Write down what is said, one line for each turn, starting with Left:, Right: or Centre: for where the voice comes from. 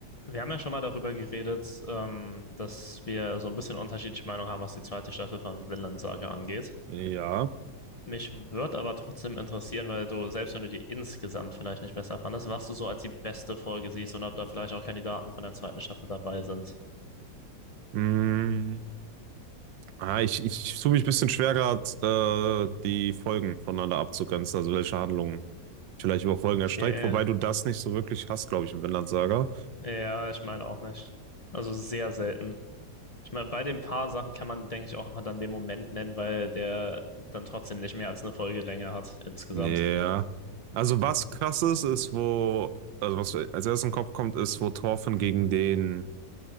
Left: Wir haben ja schon mal darüber geredet, ähm, dass wir so ein bisschen unterschiedliche Meinung haben, was die zweite Staffel von Vinland Saga angeht.
Right: Ja.
Left: Mich würde aber trotzdem interessieren, weil du, selbst wenn du die insgesamt vielleicht nicht besser fandest, was du so als die beste Folge siehst und ob da vielleicht auch Kandidaten von der zweiten Staffel dabei sind.
Right: Mm. Ah, ich, ich, ich tue mich ein bisschen schwer gerade, äh, die Folgen voneinander abzugrenzen, also welche Handlungen vielleicht über Folgen erstreckt,
Left: Okay,
Right: wobei du das nicht so wirklich hast, glaube ich, im Vinland Saga.
Left: ja, ich meine auch nicht. Also sehr selten. Ich meine, bei den paar Sachen kann man, denke ich, auch mal dann den Moment nennen, weil der dann trotzdem nicht mehr als eine Folgelänge hat insgesamt.
Right: Ja. Also was krass ist, ist wo, also was mir als erstes im Kopf kommt, ist, wo Thorfinn gegen den,